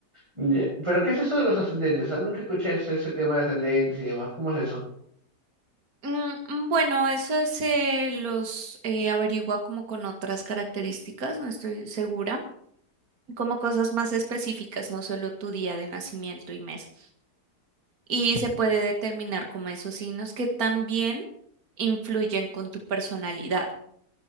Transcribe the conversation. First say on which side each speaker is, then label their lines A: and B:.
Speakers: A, on the right; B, on the right.
A: Ya, ¿Pero qué es eso de los ascendentes? Ah, Nunca escuché ese, ese tema de ascendentes y demás. ¿Cómo es eso?
B: Mm, Bueno, eso se los eh, averigua como con otras características, no estoy segura. como cosas más específicas, no solo tu día de nacimiento y mes. Y se puede determinar como esos signos que también influyen con tu personalidad.